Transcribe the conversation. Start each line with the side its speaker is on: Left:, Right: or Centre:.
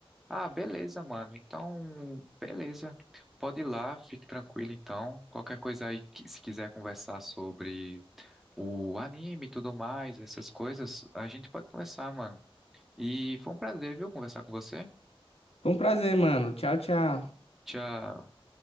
Centre: Ah, beleza, mano. Então, beleza. Pode ir lá, fique tranquilo então. Qualquer coisa aí, que- se quiser conversar sobre o anime e tudo mais, essas coisas, a gente pode conversar, mano. E foi um prazer, viu, conversar com você.
Left: Foi um prazer, mano. Tchau, tchau.
Centre: Tchau.